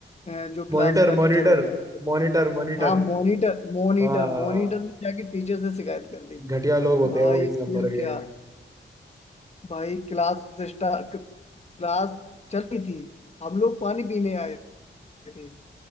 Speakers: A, on the left; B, on the right.
A: अ, जो क्लास
B: Monitor
A: का टीचर
B: monitor
A: होता है
B: Monitor monitor
A: हाँ मॉनिटर मॉनिटर
B: हाँ
A: मॉनिटर ने जाके टीचर से शिकायत कर दी
B: घटिया लोग होते
A: भाई
B: हैं वो एक
A: फिर
B: नंबर
A: क्या
B: के
A: भाई क्लास स्टार्ट क्लास चल रही थी हम लोग पानी पीने आए थे